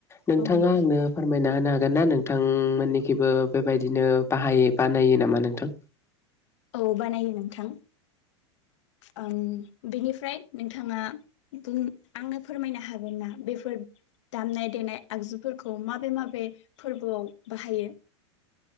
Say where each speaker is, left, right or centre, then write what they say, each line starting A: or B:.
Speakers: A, on the left; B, on the left.
A: नोंथांङा
B: औ नोंथां
A: आंनो फोरमायना होनो हा गोनना नोंथांमोननिखिबो बेबायदिनो बाहायो बानायो नामा नोंथां?
B: औ बानायो नोंथां ओम बेनिफ्राय नोंथांङा बुं आंनो फोरमायनो हागोन ना? बेफोर दामनाय देनाय आगजुफोरखौ माबे माबे फोरबोआव बाहायो?